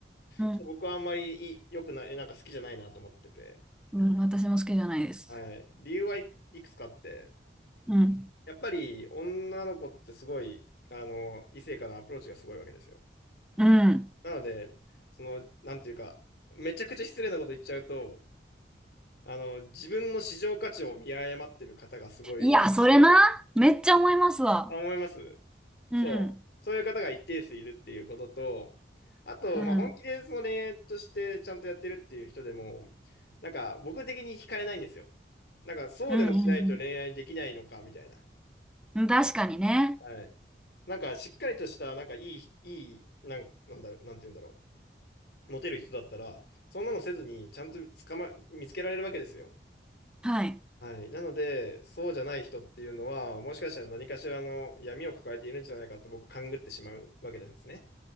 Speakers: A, in the centre; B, on the left.
A: うん。
B: ちょっと僕はあんまりい良くない、なんか好きじゃないなと思ってて。
A: うん。私も好きじゃないです。
B: はい。理由はい、いくつかあって、
A: うん。
B: やっぱり女の子ってすごい、あの、異性からのアプローチがすごいわけですよ。
A: うん。
B: なので、その、なんていうか、めちゃくちゃ失礼なこと言っちゃうと、あの、自分の市場価値を見誤ってる方がすごい多い。
A: いや、それな。めっちゃ思いますわ。
B: あ、思います
A: うん。
B: そう、そういう方が一定数いるっていうことと、あと、
A: うん。
B: まあ、本気でその恋愛としてちゃんとやってるっていう人でも、なんか僕的に惹かれないんですよ。なんかそうでもしないと恋愛できないのかみたいな。
A: うんうんうん。確かにね。
B: はい。なんかしっかりとした、なんかいい、いい、なん、なんだ、なんて言うんだろう。モテる人だったら、そんなのせずに、ちゃんと捕ま、見つけられるわけですよ。
A: はい。
B: はい。なので、そうじゃない人っていうのは、もしかしたら何かしらの闇を抱えているんじゃないかと僕、勘ぐってしまうわけですね。